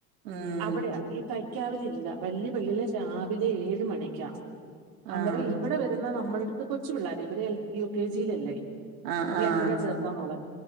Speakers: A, on the right (about 70°); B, on the right (about 45°).
A: ഉം
B: അവിടെയാ ഈ തയ് ക്കാവിലില്ല വല്യ പള്ളീല് ശാവിലെ ഏഴ് മണിക്കാ അന്നേരം
A: ആഹ്
B: ഇവിടെ വരുന്ന നമ്മളടുത്ത് കൊച്ചു പിള്ളാര ഇവരെ എൽ യു കെ ജി ലല്ലേ
A: ആഹ്
B: ഇവളെ
A: ആഹ്
B: ഇപ്പഴാ ചേർത്താൻ പോണേ